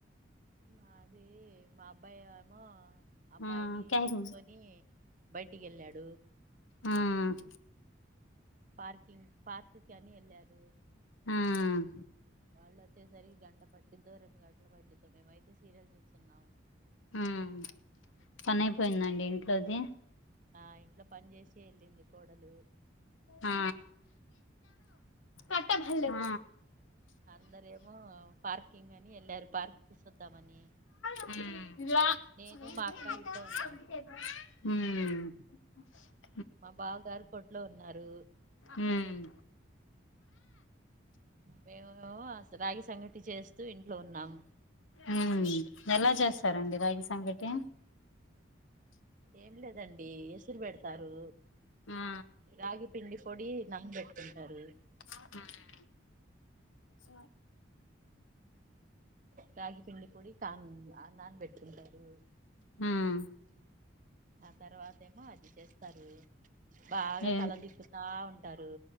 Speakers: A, on the right; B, on the left.
A: మాది మా అబ్బాయి ఏమో అమ్మాయిని
B: ఆ క్యాక్
A: తీసుకొని బయటికి ఎళ్ళాడు
B: ఉహ్మ్
A: పార్కింగ్ పార్కుకి అని ఎళ్ళారు
B: ఉమ్మ్
A: వాళ్ళు వచ్చేసరికి గంట పట్టిదో రెండు గంటలు పట్టిదో మేమైతే సీరియల్ చూస్తున్నాం
B: ఉమ్మ్ పని అయిపోయిందండి ఇంట్లోది
A: ఆ ఇంట్లో పని చేసే ఎళ్ళింది కోడలు
B: ఆ‌ ఆ
A: అందరూ ఏమో పార్కింగ్ అని ఎళ్ళారు పార్క్ చూసొద్దామని
B: ఉమ్మ్ ఉమ్మ్
A: నేను మా అక్క ఇంట్లో ఉన్నాము మా బావ గారు కోట్లో ఉన్నారు
B: ఉమ్మ్
A: మేమేమో అస రాగి సంగటి చేస్తూ ఇంట్లో ఉన్నాం
B: ఉమ్మ్ ఎలా చేస్తారండి రాగి సంగటి
A: ఏం లేదండి ఎసురు పెడతారు
B: ఆ
A: రాగి పిండి పొడి నాన్ బెట్టుకుంటారు
B: హ్మ్ ఇట్స్
A: రాగి పిండి పొడి తాన్ నాన్ పెట్టుకుంటారు
B: హ్మ్
A: ఆ తర్వాత ఏమో అది చేస్తారు బాగా
B: ఏం
A: కలదిపుతా ఉంటారు